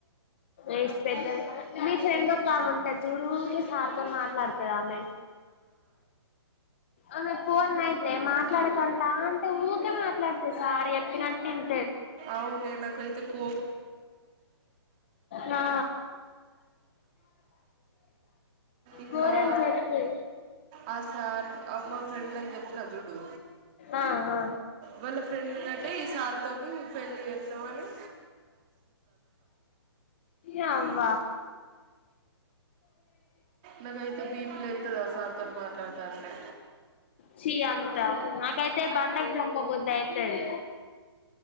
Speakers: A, on the left (about 25°); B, on the right (about 20°).
A: ఎస్ పెద్దది మీ ఫ్రెండ్ ఒక కాముంటది చూడు కే సార్ మాట్లాడుతద ఆమె ఆమె ఫోన్ అయితే మా మాట్లాడకంట అంటే వురికే మాట్లాడతే సార్ చెప్పిన టిన్
B: అవునే నా కైతే కో
A: ఆ
B: ఇంకా
A: ఘోరం జర్తది
B: ఆ సార్ అమ్మ ఫ్రెండ్ అని చెప్తున్నా చూడు
A: ఆ ఆ
B: వాళ్ళ ఫ్రెండెంట్ ఈ సార్ తోని పెళ్లి చేతమని
A: అబ
B: నాకైతే బీపీ లేస్తుంది ఆ సార్తో మాట్లాడుతా అంటే
A: చీ అంత నాకైతే బండకు చంపబద్ద అయితది